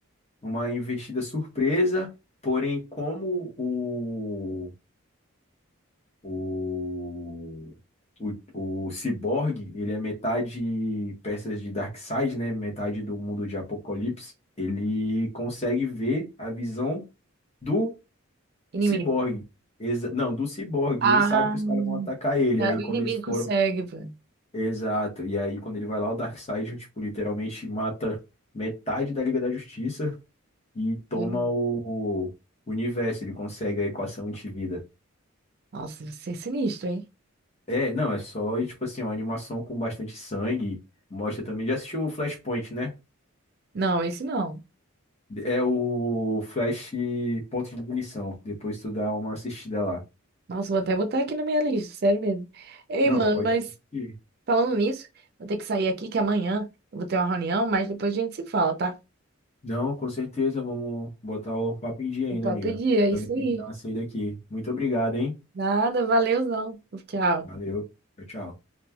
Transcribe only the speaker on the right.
inimigo.
Ah,
é,
o
inimigo
consegue, velho.
Do-
Nossa, você é sinistro, hein?
Não, esse não.
Nossa, vou até botar aqui na minha lista, sério mesmo. Ei,
mano,
mas
falando nisso, vou ter que sair aqui que amanhã eu vou ter uma reunião, mas depois a gente se fala, tá?
O papo
de dia, é
isso
aí.
Nada, valeuzão. Tchau.